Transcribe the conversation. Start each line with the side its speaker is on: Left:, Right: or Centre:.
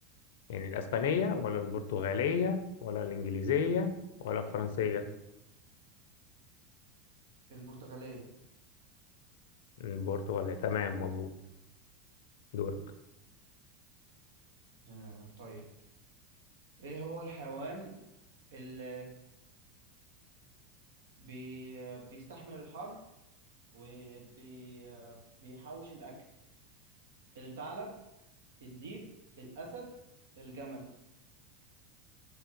Left: يعني الاسبانية ولا البرتغالية ولا الانجليزية ولا الفرنسية
Right: البرتغالية
Left: البرتغالية تمام مظبوط دورك
Right: آه، طيب ايه هو الحيوان اللي بي... بيستحمل الحر وبيحوش الأكل الثعلب الديب الأسد الجمل